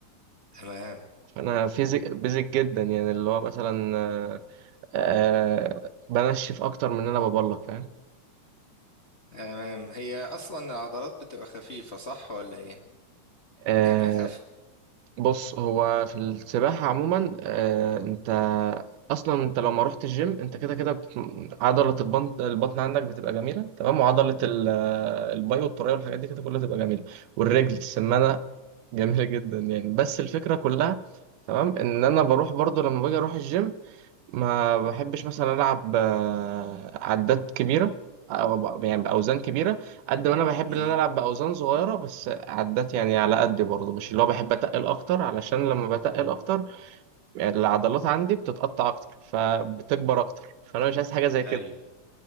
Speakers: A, on the left; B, on the right.
A: تمام
B: انا فيزيك بيزك جدا يعني اللي هو مثلا آه، آه، بنشف اكتر من ان انا ببلك فاهم
A: تمام هي اصلا العضلات بتبقى خفيفة صح ولا ايه
B: آه،
A: يعني اخف
B: بص هو في السباحة عموما آه، انت اصلا انت لو ما رحت الجيم انت كده كده بت... عضلة البطن البطن عندك بتبقى جميلة تمام وعضلة ال- آه، الباي والتراي والحاجات دي كده كلها تبقى جميلة والرجل السمانة جميلة جدا يعني بس الفكرة كلها تمام ان انا بروح برضو لما باجي اروح الجيم ما بحبش مثلا العب آه، عدات كبيره او ب- يعني باوزان كبيره قد ما انا بحب
A: مم.
B: ان انا العب باوزان صغيره بس عدات يعني على قد برضه مش اللي هو بحب اتقل اكتر علشان لما بتقل اكتر يعني العضلات عندي بتتقطع اكتر فبتكبر اكتر فانا مش عايز حاجه زي كده
A: ايوه